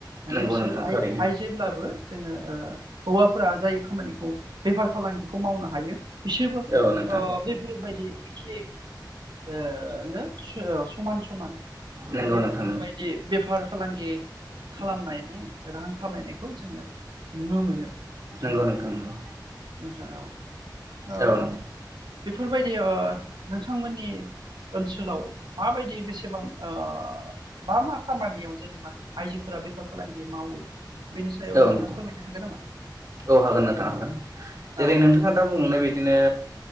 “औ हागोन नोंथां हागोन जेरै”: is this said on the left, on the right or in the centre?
Right